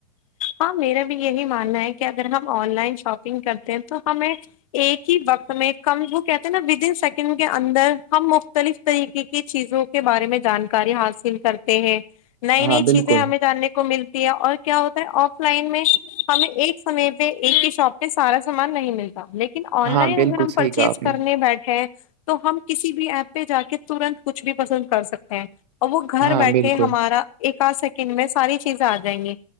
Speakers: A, on the left; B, on the right.
A: ہاں میرا بھی یہی ماننا ہے کہ اگر ہم آن لائن شاپنگ کرتے ہیں تو ہمیں ایک ہی وقت میں کم وہ کہتے ہیں نا ودن سیکنڈ کے اندر ہم مختلف طریقے کے کی چیزوں کے بارے میں جانکاری حاصل کرتے ہیں نئی
B: ہاں
A: نئی
B: بالکل
A: چیزیں ہمیں جاننے کو ملتی ہے اور کیا ہوتا ہے آف لائن میں ہمیں ایک سمے پہ ایک ہی شاپ پہ سارا سامان نہیں ملتا لیکن لیکن آن
B: ہاں
A: لائن
B: بالکل
A: اگر ہم
B: صحیح
A: پرچیز
B: کہا آپ
A: کرنے
B: نے
A: بیٹھے تو ہم کسی بھی ایپ پہ جا کے ترنت کچھ بھی پسند کر سکتے ہیں اور وہ گھر
B: ہاں
A: بیٹھے
B: بالکل
A: ہمارا ایک آدھ سیکنڈ میں ساری چیزیں آ جائیں گی